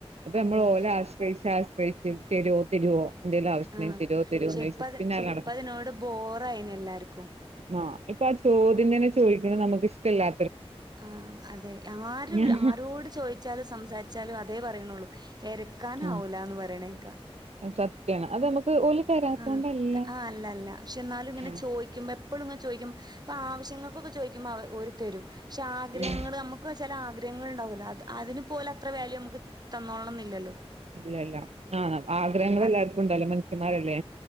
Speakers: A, on the right; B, on the right.
A: അപ്പൊ
B: അതെ
A: നമ്മൾ
B: അതെ
A: ഓല ആശ്രയിച്ച ആശ്ര <unintelligible> തരോ തരോ എന്തേലും ആവശ്യാണ്ടങ്കിൽ
B: ആഹ്
A: ത രോ തിരോന്ന്
B: പക്ഷെ
A: ചോദിച്ചത്
B: ഇപ്പത്
A: പിന്നാല അ നടക്കും
B: ഇപ്പതിനോട് ബോറായിന് എല്ലാർക്കും
A: ആ ഇപ്പൊ ആ ചോദ്യ തന്നെ ചോദി നമുക്ക് ഇഷ്ടല്ലാ
B: ആ അതെ ആരും
A: ഞാൻ
B: ആരോട് ചോദിച്ചാലും സംസാരിച്ചാലും അതേ പറയണള്ളു ഇരക്കാനാവൂല
A: ആ
B: എന്ന് പറയണേക്ക
A: സത്യാണ് അത് നമുക്ക് ഓല് തരാത്തോണ്ടല്ല
B: ആ ആ അല്ല അല്ല ക്ഷെ എന്നാലും ഇങ്ങനെ
A: ആഹ്
B: ചോദിക്കുമ്പോ എപ്പോളും ഇങ്ങ ചോഴിക്കു ഇപ്പ ആവശ്യങ്ങൾക്കൊക്കെ ചോദിക്കുമ്പോ ഓര് തരും പക്ഷെ ആഗ്രഹങ്ങൾ
A: ഉം
B: നമുക്ക് ചില ആഗ്രഹങ്ങൾ ഉണ്ടാവുല്ലോ അത് അതിന് പോലെ അത്ര വാല്യു നമുക്ക് തന്നോളണമെന്നില്ലല്ലോ
A: ഇല്ലല്ല ആ ആഗ്രഹങ്ങൾ
B: അത്
A: എല്ലാർക്കും ഉണ്ടല്ലോ മനുഷ്യമാരല്ലേ